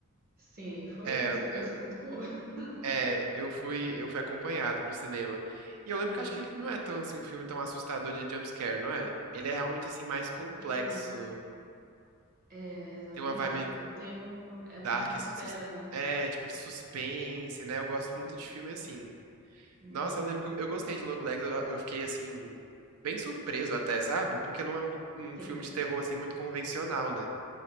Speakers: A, on the right; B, on the right.
A: Sim, foi
B: É,
A: uma experiência
B: eu, eu-
A: muito boa. <laughs>
B: é, eu fui, eu fui acompanhado pro cinema. E eu lembro que
A: Hum,
B: acho que ele não é tão, assim, um filme tão assustador de jumpscare, não é? Ele é realmente, assim, mais complexo.
A: Isso. É, exatamente.
B: Tem uma vibe
A: Eu, eu tenho. É uma
B: dark,
A: atmosfera,
B: assim, de sus-
A: né?
B: é, tipo de suspense, né? Eu gosto muito de filme assim.
A: Uhum.
B: Nossa, eu lembro que eu, eu gostei de Long Legs, eu, eu fiquei assim, bem surpreso até, sabe? Porque não é um,
A: Sim.
B: um filme de terror assim muito convencional, né?